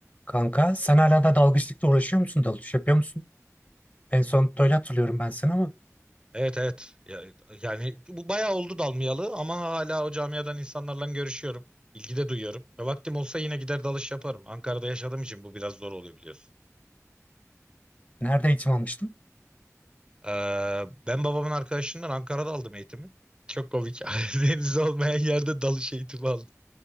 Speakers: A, on the left; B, on the right.
A: Kanka sen hala da dalgıçlıkla uğraşıyor musun? Dalış yapıyor musun? En son öyle hatırlıyorum ben seni ama
B: Evet evet. Ya- yani bu bayağı oldu dalmayalı ama hala o camiadan insanlarla görüşüyorum. İlgi de duyuyorum. Ya vaktim olsa yine gider dalış yaparım. Ankara'da yaşadığım için bu biraz zor oluyor biliyorsun.
A: nerede eğitim almıştın?
B: Ee, ben babamın arkadaşından Ankara'da aldım eğitimi. Çok komik. <laughs> Deniz olmayan yerde dalış eğitimi aldım.